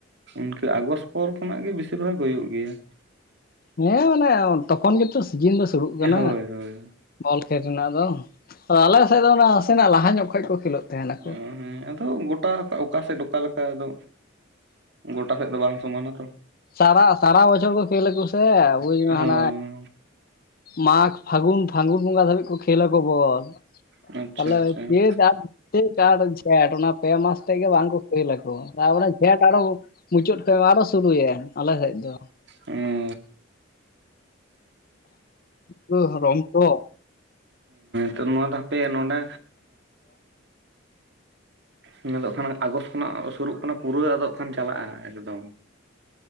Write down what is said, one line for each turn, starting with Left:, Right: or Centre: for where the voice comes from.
Right: ᱤᱱᱠᱟᱹ ᱟᱸᱜᱚᱥᱴ ᱯᱚᱨ ᱠᱷᱚᱱᱟᱜ ᱜᱮ ᱵᱮᱥᱤᱨ ᱵᱷᱟᱜᱽ ᱦᱩᱭᱩᱜ ᱜᱮᱭᱟ᱾
Left: ᱦᱮᱸ ᱢᱟᱱᱮ ᱛᱚ ᱠᱷᱚᱱ ᱜᱮ ᱛᱚ ᱥᱤᱡᱤᱱ ᱫᱚ ᱥᱩᱨᱩᱜ ᱠᱟᱱᱟ᱾
Right: ᱦᱳᱭ ᱦᱳᱭ
Left: ᱵᱚᱞ ᱠᱷᱮᱞ ᱨᱮᱱᱟᱜ ᱫᱚ ᱟᱫᱚ ᱟᱞᱮ ᱥᱮᱫ ᱫᱚ ᱚᱱᱟ ᱱᱟᱥᱮᱱᱟᱜ ᱞᱟᱦᱟ ᱧᱚᱜ ᱠᱷᱚᱱ ᱠᱚ ᱠᱷᱮᱞᱳᱜ ᱛᱟᱦᱮᱱᱟᱠᱚ
Right: ᱚ ᱦᱮᱸ ᱟᱫᱚ ᱜᱚᱴᱟ ᱚᱠᱟ ᱥᱮᱫ ᱚᱠᱟ ᱞᱮᱠᱟ ᱟᱫᱚ᱾ ᱜᱚᱴᱟ ᱥᱮᱫ ᱫᱚ ᱵᱟᱝ ᱥᱚᱢᱟ ᱱᱟ ᱛᱚ᱾
Left: ᱥᱟᱨᱟ ᱥᱟᱨᱟ ᱵᱚᱪᱷᱚᱨ ᱠᱚ ᱠᱷᱮᱞ ᱟᱠᱚ ᱥᱮ ᱵᱩᱡ ᱢᱮ
Right: ᱦᱚᱸ
Left: ᱦᱟᱱᱮ ᱢᱟᱜᱽ ᱯᱷᱟᱹᱜᱩᱱ, ᱯᱷᱟᱹᱜᱩᱱ ᱵᱚᱸᱜᱟ ᱫᱷᱟᱹᱵᱤᱡ ᱠᱚ ᱠᱷᱮᱞ ᱟᱠᱚ ᱵᱚᱞ
Right: ᱟᱪᱪᱷᱟ
Left: ᱛᱟᱦᱞᱮ
Right: ᱟᱪᱪᱷᱟ
Left: ᱪᱮᱫ ᱟᱨ ᱪᱟᱹᱛ ᱟᱨ ᱡᱷᱮᱸᱴ ᱚᱱᱟ ᱯᱮ ᱢᱟᱥ ᱛᱮᱫ ᱜᱮ ᱵᱟᱝ ᱠᱚ ᱠᱷᱮᱞ ᱟᱠᱚ ᱾ᱛᱟᱯᱚᱨᱮ ᱡᱷᱮᱴ ᱟᱨᱚ ᱢᱩᱪᱟᱹᱫ ᱥᱮᱫ ᱢᱟ ᱟᱨᱚ ᱥᱩᱨᱩᱭ ᱮᱱ ᱟᱞᱮ ᱥᱮᱫ ᱫᱚ᱾
Right: ᱚ
Left: ᱟᱫᱚ ᱨᱚᱝ ᱛᱚ
Right: ᱦᱩᱸ ᱱᱚᱣᱟ ᱛᱚ ᱦᱟᱯᱮ ᱱᱚᱸᱰᱮ ᱱᱚᱣᱟ ᱫᱚ ᱠᱷᱟᱱ ᱟᱸᱜᱚᱥᱴ ᱠᱷᱚᱱᱟᱜ ᱥᱩᱨᱩᱜ ᱠᱟᱱᱟ ᱯᱩᱨᱟᱹ ᱟᱫᱚᱜ ᱠᱷᱟᱱ ᱪᱟᱞᱟᱜ-ᱟ ᱮᱠᱫᱚᱢ᱾